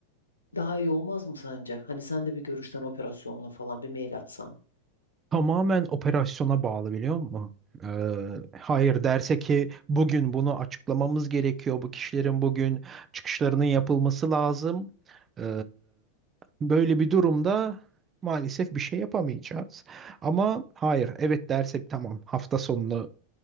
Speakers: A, on the left; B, on the right.
A: Daha iyi olmaz mı sence? Hani sen de bir görüşten operasyonla falan bir mail atsan.
B: Tamamen operasyona bağlı biliyor musun? Ee, hayır derse ki bugün bunu açıklamamız gerekiyor. Bu kişilerin bugün çıkışlarının yapılması lazım. Ee, böyle bir durumda maalesef bir şey yapamayacağız. Ama hayır evet derse tamam hafta sonunu